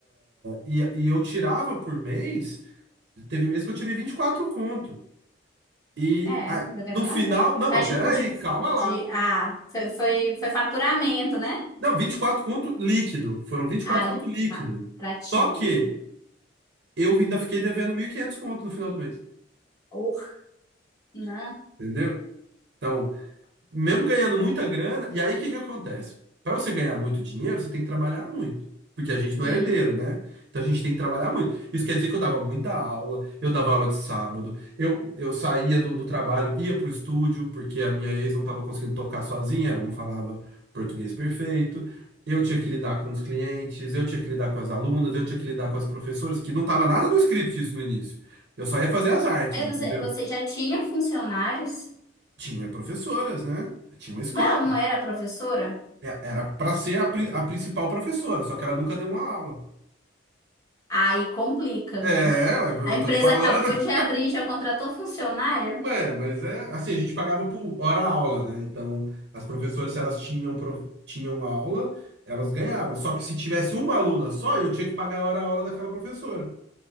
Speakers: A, on the right; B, on the left.
A: e, e eu tirava por mês, teve mês que eu tirei 24 conto. E
B: É,
A: ah,
B: uma grana
A: no final,
B: boa.
A: não,
B: Mas
A: mas
B: tipo
A: peraí,
B: de,
A: calma
B: de
A: lá.
B: ah, foi, foi, foi faturamento, né?
A: Não, 24 conto líquido, foram 24
B: alho,
A: conto líquido.
B: tá? Pra ti
A: Só
B: mesmo.
A: que Eu ainda fiquei devendo 1.500 conto no final do mês,
B: Or, né?
A: entendeu? Então, mesmo ganhando muita grana, e aí o que que acontece? Para você ganhar muito dinheiro, você tem que trabalhar muito. Porque a gente não
B: E
A: é herdeiro, né? Então a gente tem que trabalhar muito. Isso quer dizer que eu dava muita aula, eu dava aula de sábado, eu, eu saía do, do trabalho, ia pro estúdio, porque a minha ex não estava conseguindo tocar sozinha, ela não falava português perfeito. Eu tinha que lidar com os clientes, eu tinha que lidar com as alunas, eu tinha que lidar com as professoras, que não estava nada no script isso no início. Eu só ia fazer as artes,
B: aí
A: entendeu?
B: você, você já tinha funcionários,
A: Tinha professoras, né? Tinha uma escola.
B: mas ela não era professora?
A: É, Era pra ser a, pri- a principal professora, só que ela nunca deu uma aula.
B: Aí complica, amigo.
A: É, ué,
B: A
A: eu
B: empresa
A: tô te falando.
B: acabou de abrir, já contratou funcionário?
A: <laughs> Ué, mas é assim, a gente pagava por hora aula, né? Então, as professoras, se elas tinham, pro- tinham aula, elas ganhavam. Só que se tivesse uma aluna só, eu tinha que pagar a hora aula daquela professora.